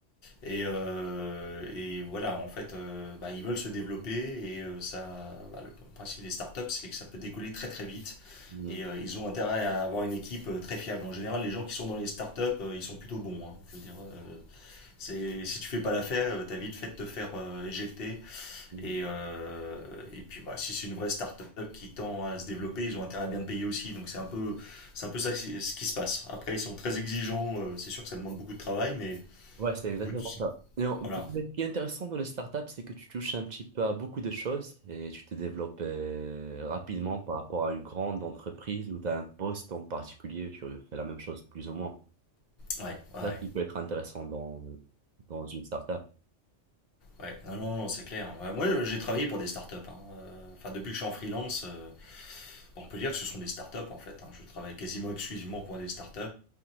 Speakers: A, on the left (about 55°); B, on the right (about 55°).
A: Et, euh, et voilà, en fait, euh, bah, ils veulent se développer et euh, ça, bah, le principe des startups, c'est que ça peut décoller très très vite
B: Mhm,
A: et euh, ils ont intérêt à avoir une équipe euh, très fiable. En général, les gens qui sont dans les startups, euh, ils sont plutôt bons. hein. je veux dire, euh, c'est, si tu fais pas l'affaire, euh, t'as vite fait de te faire euh, éjecter.
B: mhm.
A: Et, euh, et puis, bah, si c'est une vraie startup qui tend à se développer, ils ont intérêt à bien te payer aussi. Donc c'est un peu, c'est un peu ça qui- ce qui se passe. Après, ils sont très exigeants. euh, c'est sûr que ça demande beaucoup de travail, mais
B: Ouais, c'est exactement
A: écoute,
B: ça. Et on-
A: voilà,
B: mais ce qui est intéressant dans les startups, c'est que tu touches un petit peu à beaucoup de choses et tu te développes euh, rapidement par rapport à une grande entreprise où tu as un poste en particulier, tu fais la même chose plus ou moins.
A: Ouais, ouais,
B: C'est
A: ouais.
B: ça qui peut être intéressant dans, dans une startup.
A: ouais. Non, non, non, c'est clair. Ouais, Moi, j'ai travaillé pour des startups. hein. Euh, Enfin, depuis que je suis en freelance, euh, bon, on peut dire que ce sont des startups en fait. hein. Je travaille quasiment exclusivement pour des startups.